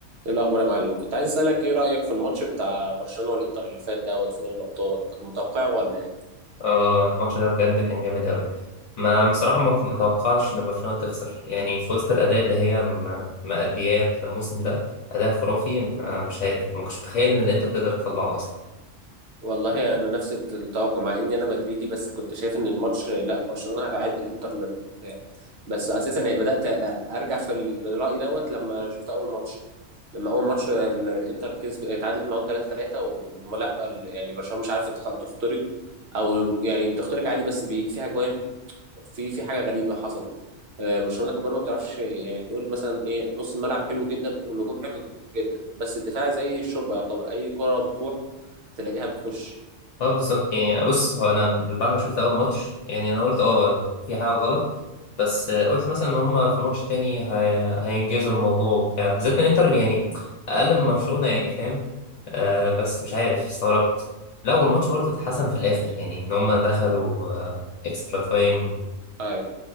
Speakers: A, on the right; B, on the left.
A: ايه الاخبار يا معلم كنت عايز اسالك ايه رايك في الماتش بتاع برشلونه والانتر اللي فات دوت في دوري الابطال كنت متوقعه ولا ايه
B: اه الماتش ده بجد كان جامد أوي ما بصراحة ما ما توقعتش إن برشلونة تخسر يعني في وسط الأداء اللي هي م- مأدياه الموسم ده أداء خرافي ما- مش عارف ما كنتش متخيل إن الإنتر تقدر تطلعه أصلا
A: والله انا نفس التوقع مع اني انا مدريدي بس كنت شايف ان الماتش لا برشلونه هتعدي الانتر مرتاح بس اساسا يعني بدات ارجع في الراي دوت لما شفت اول ماتش لما اول ماتش ال- الانتر كسب اتعادلت معاهم 3 3 ولا يعني برشلونه مش عارفه تخ- تخترق او يعني بتخترق عادي بس بيجي فيها جوان في في حاجه غريبه حصلت آه، برشلونه كمان ما بتعرفش يعني تقول مثلا ايه نص الملعب حلو جدا والهجوم حلو جدا بس الدفاع زي الشوربه يعتبر اي كره بتروح تلاقيها بتخش
B: اه بالظبط يعني بص هو أنا بعد ما شفت أول ماتش يعني أنا قلت اه في حاجة غلط بس آه، قلت مثلا إن هما في الماتش التاني هي- هينجزوا الموضوع وبتاع بالذات إن الإنتر يعني أقل من برشلونة يعني فاهم آه بس مش عارف استغربت لا والماتش برضه اتحسن في الاخر يعني ان هم دخلوا آه اكسترا تايم
A: ايوه